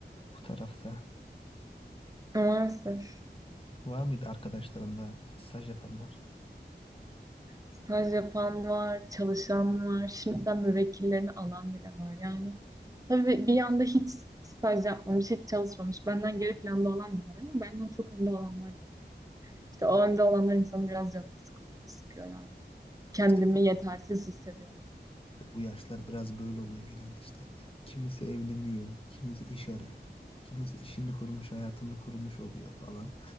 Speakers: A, on the left (about 30°); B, on the right (about 20°).
A: bu tarafta.
B: Maalesef.
A: Var mıydı arkadaşlarında staj yapanlar?
B: Staj yapan var, çalışan var. Şimdiden müvekkillerini alan bile var yani. Tabii bir yanda hiç staj yapmamış, hiç çalışmamış. Benden geri planda olan da var ama benden çok önde olanlar da var. İşte o önde olanlar insanı biraz canını sıkılıyor, sıkıyor yani. Kendimi
A: İşte bu
B: yetersiz hissediyorum.
A: bu yaşlar biraz böyle oluyor genelde işte. Kimisi evleniyor, kimisi iş arıyor. Kimisi işini kurmuş, hayatını kurmuş oluyor falan.